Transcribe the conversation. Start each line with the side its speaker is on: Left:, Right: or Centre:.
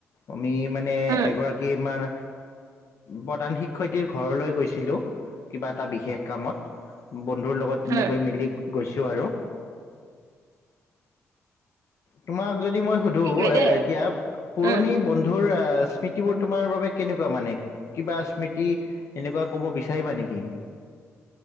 Left: আমি মানে
Right: উম
Left: এগৰাকী আমাৰ। প্ৰধান শিক্ষয়ত্ৰীৰ ঘৰলৈ গৈছিলো কিবা এটা বিশেষ কামত বন্ধু লগত
Right: উম
Left: এনেকৈ মিলি। গৈছো আৰু। তোমাক। যদি মই সুধো
Right: ঠিকেই
Left: এ
Right: দেই
Left: এতিয়া পুৰণি
Right: উম
Left: বন্ধুৰ স্মৃতিবোৰ তোমাৰ বাবে কেনেকুৱা মানে কিবা স্মৃতি এনেকুৱা ক'ব বিচাৰিবা নেকি